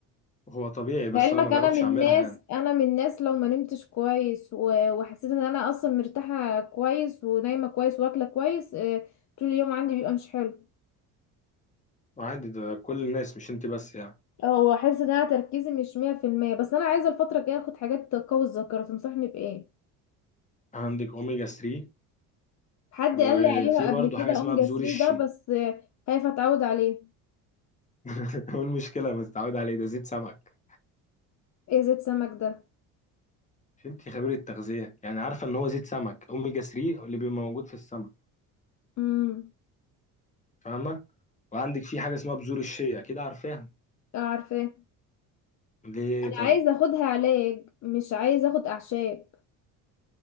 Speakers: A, on the left; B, on the left.
A: هو طبيعي بس
B: لعلمك
A: انا ما جربتش
B: انا من
A: اعملها
B: الناس
A: يعني
B: انا من الناس لو ما نمتش كويس و- وحسيت ان انا اصلا مرتاحه كويس ونايمه كويس واكله كويس آه، طول اليوم عندي بيبقى مش حلو
A: عادي ده كل الناس مش انت بس يعني
B: اه واحس ان انا تركيزي مش 100% بس انا عايزه الفتره الجايه اخد حاجات تقوي الذاكره تنصحني بايه
A: عندك اوميجا 3
B: حد
A: وفي
B: قال لي عليها قبل
A: برضه
B: كده
A: حاجة اسمها
B: اوميجا
A: بذور
B: 3
A: الشيا
B: ده بس آه، خايفه اتعود عليه
A: <laughs> ايه المشكلة ما تتعود عليه ده زيت سمك
B: ايه زيت سمك ده
A: مش انت خبيرة تغذية يعني عارفة ان هو زيت سمك اوميجا 3 اللي بيبقى موجود في السمك
B: امم
A: فاهمة وعندك في حاجة اسمها بذور الشيا كده عارفاها
B: عارفه
A: ليه
B: انا
A: طيب
B: عايزه اخدها علاج مش عايزه اخد اعشاب